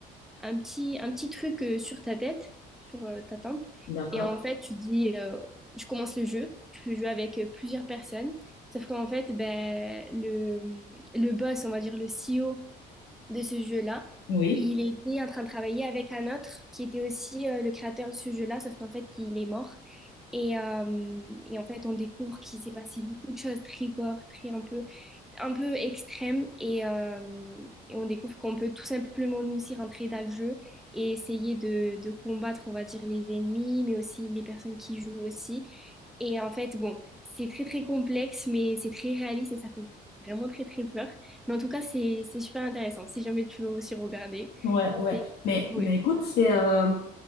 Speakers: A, in the centre; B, on the left (about 80°).
A: un petit, un petit truc euh, sur ta tête, sur euh, ta temple.
B: d'accord.
A: Et en fait, tu dis, euh, je commence le jeu, tu peux jouer avec euh, plusieurs personnes. Sauf qu'en fait, ben, le, le boss, on va dire le CEO, de ce jeu-là.
B: Oui.
A: Il était en train de travailler avec un autre qui était aussi euh, le créateur de ce jeu-là, sauf qu'en fait, il est mort. Et, euh, et en fait, on découvre qu'il s'est passé beaucoup de choses très gore, très un peu, un peu extrêmes. Et, euh, et on découvre qu'on peut tout simplement nous aussi rentrer dans le jeu et essayer de, de combattre, on va dire, les ennemis, mais aussi les personnes qui jouent aussi. Et en fait, bon, c'est très très complexe, mais c'est très réaliste et ça fait vraiment très très peur. Mais en tout cas, c'est c'est super intéressant. Si jamais tu veux aussi regarder,
B: Ouais, ouais.
A: c'est
B: Mais,
A: oui,
B: mais écoute, c'est euh,